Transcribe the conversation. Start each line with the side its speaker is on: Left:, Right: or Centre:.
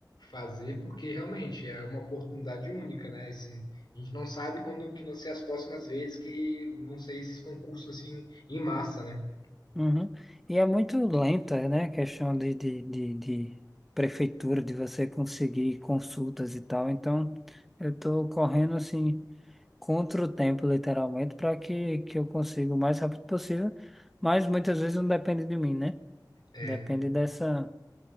Left: fazer, porque realmente é uma oportunidade única, né? Esse- a gente não sabe quando que vão ser as próximas vezes que vão sair esses concursos assim em massa, né?
Centre: Uhum. E é muito lenta, né? A questão de, de, de, de prefeitura, de você conseguir consultas e tal. Então, eu tô correndo, assim, contra o tempo, literalmente, para que, que eu consiga o mais rápido possível. Mas muitas vezes não depende de mim, né?
Left: É,
Centre: Depende dessa,